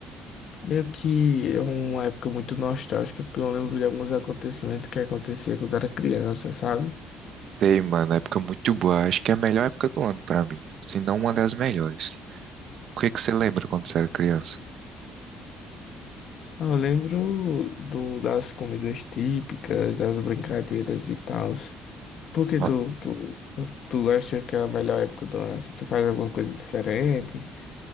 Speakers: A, on the left; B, on the right.
A: meio que é uma época muito nostálgica, porque eu lembro de alguns acontecimentos que aconteciam quando era criança, sabe?
B: Sei, mano, é época muito boa. Acho que é a melhor época do ano pra mim. Se não uma das melhores. O que que você lembra quando você era criança?
A: Eu lembro do, das comidas típicas, das brincadeiras e tal. Por que
B: Ó,
A: tu, tu, tu, tu acha que é a melhor época do ano? Se tu faz alguma coisa diferente?